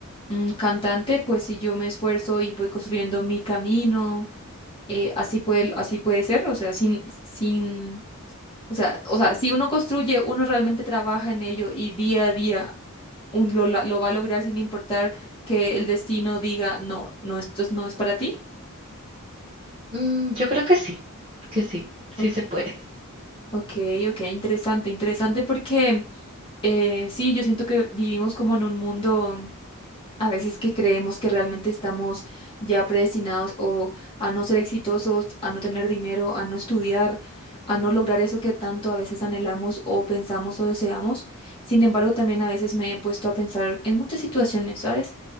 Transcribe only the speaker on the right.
Mm, yo creo que sí, que sí, sí
se puede.